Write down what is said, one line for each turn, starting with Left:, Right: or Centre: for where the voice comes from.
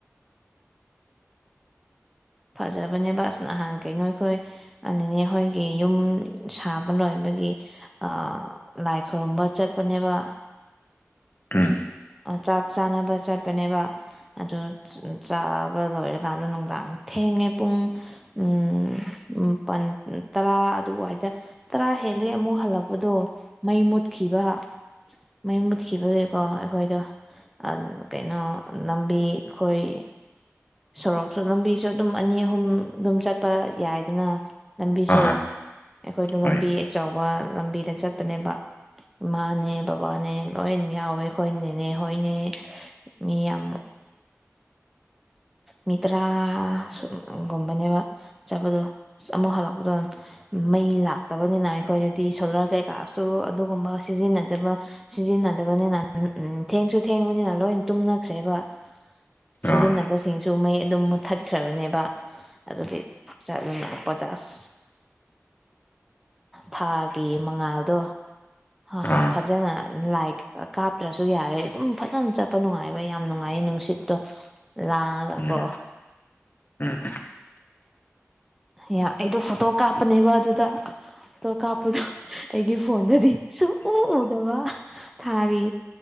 Centre: ꯐꯖꯕꯅꯦꯕ ꯑꯁ ꯅꯍꯥꯟ ꯀꯩꯅꯣ ꯑꯩꯈꯣꯏ ꯑ ꯅꯤꯅꯦ ꯍꯣꯏꯒꯤ ꯌꯨꯝ ꯁꯥꯕ ꯂꯣꯏꯕꯒꯤ ꯑ ꯂꯥꯏ ꯈꯨꯔꯨꯝꯕ ꯆꯠꯄꯅꯦꯕ
Left: ꯎꯝ
Centre: ꯑ ꯆꯥꯛ ꯆꯥꯟꯅꯕ ꯆꯠꯄꯅꯦꯕ ꯑꯗꯣ ꯆꯥꯕ ꯂꯣꯏꯔꯀꯥꯟꯗ ꯅꯨꯡꯗꯥꯡ ꯊꯦꯡꯉꯦ ꯄꯨꯡ ꯎꯝ ꯃꯥꯄꯟ ꯇꯔꯥ ꯑꯗꯨꯋꯥꯏꯗ ꯇꯔꯥ ꯍꯦꯜꯂꯦ ꯑꯃꯨꯛ ꯍꯜꯂꯛꯄꯗꯣ ꯃꯩ ꯃꯨꯠꯈꯤꯕ ꯃꯩ ꯃꯨꯠꯈꯤꯕꯒꯤꯀꯣ ꯈꯣꯏꯗꯣ ꯑ ꯀꯩꯅꯣ ꯂꯝꯕꯤ ꯈꯣꯏ ꯁꯣꯔꯣꯛꯁꯨ ꯂꯝꯕꯤꯁꯨ ꯑꯗꯨꯝ ꯑꯅꯤ ꯑꯍꯨꯝ ꯑꯗꯨꯝ ꯆꯠꯄ ꯌꯥꯏꯗꯅ ꯂꯝꯕꯤꯁꯨ
Left: ꯑꯥ
Centre: ꯑꯩꯈꯣꯏꯗꯣ ꯂꯝꯕꯤ
Left: ꯍꯣꯏ
Centre: ꯑꯆꯧꯕ ꯂꯝꯕꯤꯗ ꯆꯠꯄꯅꯦꯕ ꯏꯃꯥꯅꯦ ꯕꯕꯥꯅꯦ ꯂꯣꯏꯟ ꯌꯥꯎꯋꯦ ꯈꯣꯏ ꯅꯦꯅꯦ ꯍꯣꯏꯅꯦ ꯃꯤ ꯌꯥꯝ ꯃꯤ ꯇ꯭ꯔꯥ ꯁꯨꯝ ꯒꯨꯝꯕꯅꯦꯕ ꯆꯠꯄꯗꯨ ꯑꯁ ꯑꯃꯨꯛ ꯍꯜꯂꯛꯄꯗꯨꯟ ꯃꯩ ꯂꯥꯛꯇꯕꯅꯤꯅ ꯑꯩꯈꯣꯏꯗꯗꯤ ꯁꯣꯂꯔ ꯀꯩꯀꯥꯁꯨ ꯑꯗꯨꯒꯨꯝꯕ ꯁꯤꯖꯤꯟꯅꯗꯕ ꯁꯤꯖꯤꯟꯅꯗꯕꯅꯤꯅ ꯎꯝ ꯊꯦꯡꯁꯨ ꯊꯦꯡꯕꯅꯤꯅ ꯂꯣꯏꯟ ꯇꯨꯝꯅꯈ꯭ꯔꯦꯕ ꯁꯤꯖꯤꯟꯅꯕ
Left: ꯑꯥ
Centre: ꯁꯤꯡꯁꯨ ꯃꯩ ꯑꯗꯨꯝ ꯃꯨꯊꯠꯈ꯭ꯔꯕꯅꯦꯕ ꯑꯗꯨꯒꯤ ꯆꯠ ꯄꯥꯗꯁ ꯊꯥꯒꯤ ꯃꯉꯥꯗꯣ ꯍꯥ
Left: ꯑꯥ
Centre: ꯐꯖꯅ ꯂꯥꯏ ꯀꯥꯞꯇ꯭ꯔꯁꯨ ꯌꯥꯔꯦ ꯑꯗꯨꯝ ꯐꯖꯅ ꯆꯠꯄ ꯅꯨꯡꯉꯥꯏꯕ ꯌꯥꯝ ꯅꯨꯡꯉꯥꯏꯌꯦ ꯅꯨꯡꯁꯤꯠꯇꯣ ꯂꯥꯡꯉꯒꯀꯣ
Left: ꯎꯝ ꯎꯝ
Centre: ꯌꯥ ꯑꯩꯗꯣ ꯐꯣꯇꯣ ꯀꯥꯞꯄꯅꯦꯕ ꯑꯗꯨꯗ ꯐꯣꯇꯣ ꯀꯥꯞꯄꯗꯣ ꯑꯩꯒꯤ ꯐꯣꯟꯗꯗꯤ ꯁꯨꯛꯎ ꯎꯗꯕ ꯊꯥꯒꯤ